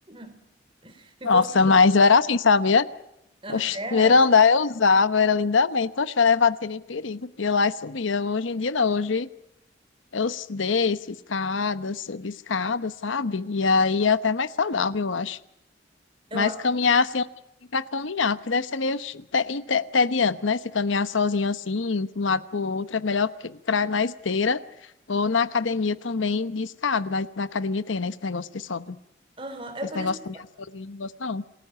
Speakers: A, on the right; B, on the left.
A: <laughs> Se
B: Nossa,
A: fosse assim,
B: mas eu era assim, sabe?
A: ah,
B: Oxe,
A: era.
B: primeiro andar eu usava, era lindamente. Oxe, o elevador seria em perigo. Ia lá e subia. Hoje em dia não, hoje eu desço escada, subo escada, sabe? E aí é até mais saudável, eu acho.
A: Eu,
B: Mas
A: a-
B: caminhar assim, eu não tenho pra caminhar, porque deve ser meio ch- te- inte- entediante, né? Se caminhar sozinho assim, de um lado pro outro, é melhor que pra, na esteira ou na academia também de escada. Na, na academia tem, né? Esse negócio que sobe.
A: aham, é
B: Esse
A: por
B: negócio
A: isso que
B: de caminhar sozinho, eu não gosto não.